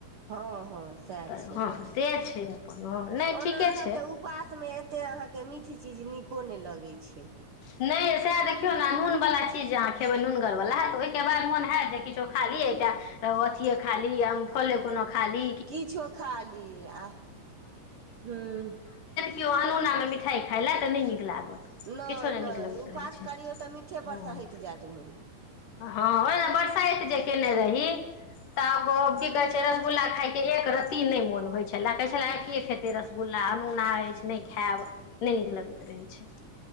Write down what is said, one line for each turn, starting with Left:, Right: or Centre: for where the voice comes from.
Right: हँ हँ स
Left: तऽ
Right: छै
Left: हँ से छै अपन हँ नहि
Right: ओना
Left: ठीके
Right: अहाँके
Left: छै
Right: उपासमे एतेक अहाँके मीठ चीज नीको नहि लगैत छै ह
Left: नहि सएह देखियौ ने नून वालला चीज जे अहाँ खेबे नूनगर वला ह त ओहि के बाद मोन हयत जे किछो खा ली अथीे खा ली य फले कोनो ला ही
Right: किछो खा ली आ हूँ
Left: केओ अनोौनामे मिठाइ खाइ लए तऽ नहि नीक लागत
Right: नहि
Left: किछो ने नीक
Right: नहि
Left: लगैत
Right: उपास
Left: रहे छै
Right: करियौ तऽ मीठे
Left: ह
Right: पर से हटि जायत मोन
Left: हँ बरसाइत जे केने रह तब की कहै छै रसगुल्ला खायके एक रती नहि मोन होइ छले कहै छल आ के खेते रसगुल्ला अनोना रहै छै नहि खायब नहि नीक लगैत रहै छै